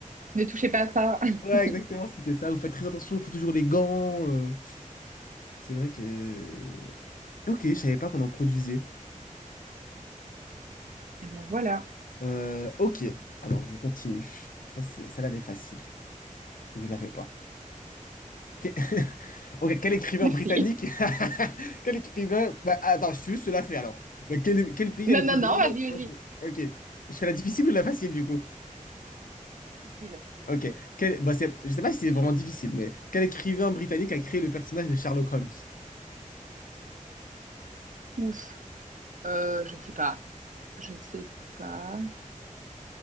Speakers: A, on the right; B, on the left.
A: Ne touchez pas à ça. <laughs>
B: Ouais, exactement, c'était ça. Vous faites très attention, il faut toujours les gants. euh. C'est vrai que... Ok, je savais pas qu'on en produisait.
A: Eh ben voilà.
B: Euh, ok, alors je continue. Ça, c'est- celle-là, elle est facile. Donc je ne la fais pas. Que- <laughs> Ok, quel écrivain
A: Merci.
B: britannique? <laughs> Quel écrivain? Bah, attends, je je te la fais alors. Bah, quel, quel pays
A: Non,
B: a le
A: non,
B: plus grand
A: non, vas-y,
B: nombre? Ok,
A: vas-y.
B: ok. Je fais la difficile ou la facile du coup?
A: Difficile.
B: Ok. Quel... Bah, c'est... Je ne sais pas si c'est vraiment difficile, mais quel écrivain britannique a créé le personnage de Sherlock Holmes?
A: Ouf. Euh, je ne sais pas. Je ne sais pas.